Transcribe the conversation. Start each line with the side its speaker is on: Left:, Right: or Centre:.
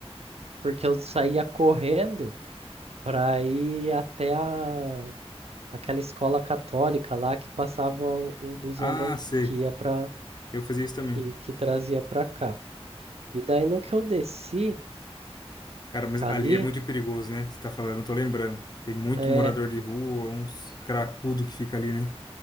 Right: porque eu saía correndo para ir até a, aquela escola católica lá que passava o, o busão
Left: Ah,
Right: da,
Left: sei.
Right: que ia para
Left: Eu fazia isso também.
Right: que, que trazia para cá. E daí no que eu desci
Left: Cara, mas
Right: ali,
Left: ali é muito perigoso, né? Você tá falando, eu tô lembrando. Tem muito
Right: é,
Left: morador de rua, uns cracudo que fica ali, né?